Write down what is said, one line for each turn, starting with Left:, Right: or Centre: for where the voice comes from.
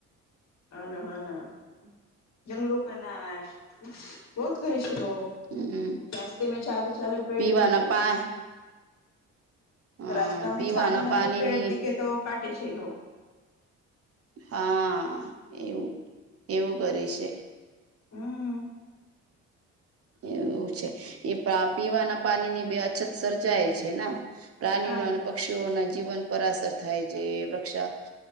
Left: હા ના હા ના જંગલો કા નાશ બહુત ઘરે છે લોકો
Right: હમ
Left: રાસ્તે મે ચારે ચારે પેડ
Right: પીવાના
Left: દેખે
Right: પા હ
Left: રસ્તો અમે
Right: પીવાના
Left: ચાલો ન
Right: પાણીની
Left: પેટ દીખે તો કાટે છે લોક
Right: હા એવું એવું કરી છે
Left: હમ
Right: એવું છે એ પીવાના પાણી ની બે અછત સર્જાય છે ને પ્રાણીઓ
Left: હા ના
Right: અને પક્ષીઓના જીવન પર અસર થાય છે વૃક્ષા